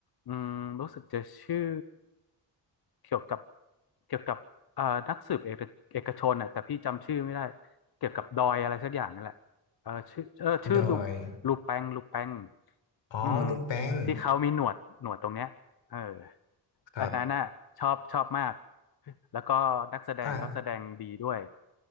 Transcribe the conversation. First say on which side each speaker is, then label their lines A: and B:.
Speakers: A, on the left (about 55°); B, on the left (about 75°).
A: อืมรู้สึกจะชื่อเกี่ยวกับเกี่ยวกับเอ่อนักสืบเอกเอกชนอ่ะแต่พี่จำชื่อไม่ได้เกี่ยวกับดอยอะไรสักอย่างนั่นแหละเออชื่อเออชื่อลู
B: ดอย
A: ลูแปงลูแปง
B: อ๋อลูแปง
A: อืมที่เขามีหนวดหนวดตรงเนี้ยเออ
B: ครับ
A: อันนั้นน่ะชอบชอบมากแล้วก็นักแสดงก็แสดงดีด้วย
B: อ่ะ